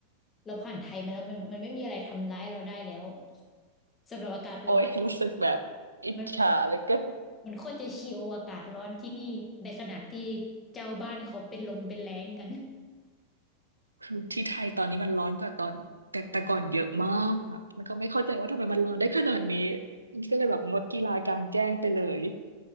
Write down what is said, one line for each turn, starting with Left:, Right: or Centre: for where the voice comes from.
Left: เราผ่านไทยมาแล้วมันมันไม่มีอะไรทำร้ายเราได้แล้วสำหรับอากาศร้อน
Right: โอ้ยรู้สึกแบบอิจฉาเหลยก็
Left: มันมันโคตรจะชิวอากาศร้อนที่นี่ในขณะที่เจ้าบ้านเขาเป็นลมเป็นแล้งกัน
Right: คือที่ไทยตอนนี้มันร้อนกว่าตอนแต่แต่ก่อนเยอะมากแบบมันก็ไม่เข้าใจว่าทำไมมันร้อนได้ขนาดนี้ก็เลยแบบงดกีฬากลางแจ้งไปเลย